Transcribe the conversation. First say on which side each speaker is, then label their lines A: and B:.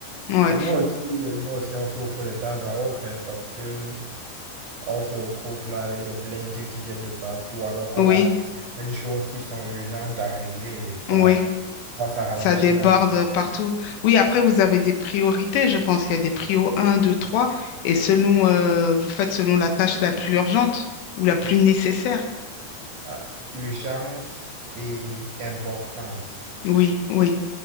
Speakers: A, on the left; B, on the right.
A: Ouais.
B: Et, et nous aussi, nous aussi, on souffre de tas à autre, hein, parce que on se retrouve là avec des plaintes qui viennent de partout, alors qu'on
A: Oui.
B: a certaines choses qui sont urgentes à régler, et ça,
A: Oui,
B: moi, ça ralentit
A: ça déborde
B: dans le travail.
A: partout. Oui, après, vous avez des priorités, je pense. Il y a des prios un, 2, 3, et selon, euh, vous faites selon la tâche la plus urgente ou la plus nécessaire.
B: à urgence et importance.
A: Oui, oui,